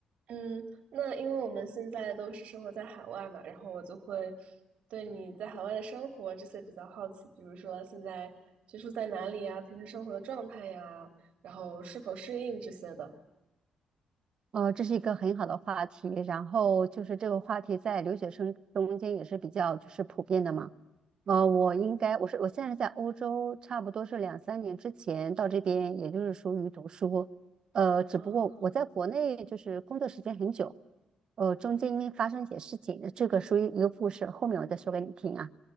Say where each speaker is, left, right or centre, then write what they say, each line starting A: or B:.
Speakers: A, on the right (about 60°); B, on the right (about 40°).
A: 嗯，那因为我们现在都是生活在海外嘛，然后我就会对你在海外的生活这些比较好奇，比如说现在居住在哪里呀，平时生活的状态呀，然后是否适应这些的。
B: 呃，这是一个很好的话题，然后就是这个话题在留学生中间也是比较就是普遍的嘛。呃，
A: 嗯，
B: 我应该我是我现在是在欧洲，差不多是两三年之前到这边，也就是属于读书。呃，只不过我在国内就是工作时间很久，
A: 哦，
B: 呃，中间因为发生一些事情，这个属于一个故事，后面我再说给你听啊。